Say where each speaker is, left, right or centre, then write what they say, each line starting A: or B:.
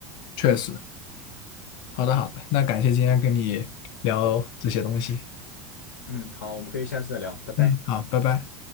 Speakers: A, on the left; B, on the left.
A: 确实。好的好的，那感谢今天跟你聊这些东西。
B: 嗯，好，我们可以下次再聊，拜拜。
A: 嗯，好，拜拜。